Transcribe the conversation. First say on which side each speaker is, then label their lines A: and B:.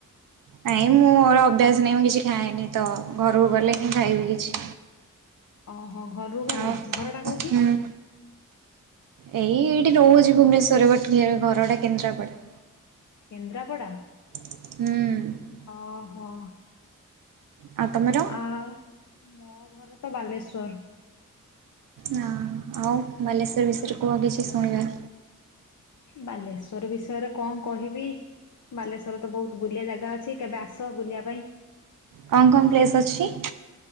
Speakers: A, on the right; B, on the left.
A: ନାଇଁ ମୁଁ ମୋର ଅଭ୍ୟାସ ନାହିଁ ମୁଁ କିଛି ଖାଏନି ତ ଘରକୁ ଗଲେ ହିଁ ଖାଇବି କିଛି।
B: ଓହୋ ଘରରୁ ଗଲେ
A: ଆଉ
B: ଘରଟା କୋଉଠି?
A: ହୁଁ ଏଇ ଏଇଠି ରହୁଛି ଭୁବନେଶ୍ଵରରେ ବଟ୍ ଇଏ ଘରଟା କେନ୍ଦ୍ରାପଡା।
B: କେନ୍ଦ୍ରାପଡ଼ା।
A: ହୁଁ।
B: ଓହୋ।
A: ଆଉ ତମର?
B: ଆଉ ମୋ ଘର ତ ବାଲେଶ୍ଵର।
A: ନା ଆଉ ବାଲେଶ୍ୱର ବିଷୟରେ କୁହ କିଛି ଶୁଣିବା।
B: ବାଲେଶ୍ଵର ବିଷୟରେ କଣ କହିବି? ବାଲେଶ୍ୱର ତ ବହୁତ ବୁଲିଆ ଜାଗା ଅଛି କେବେ ଆସ ବୁଲିବା ପାଇଁ?
A: କଣ କଣ ପ୍ଲେସ୍ ଅଛି?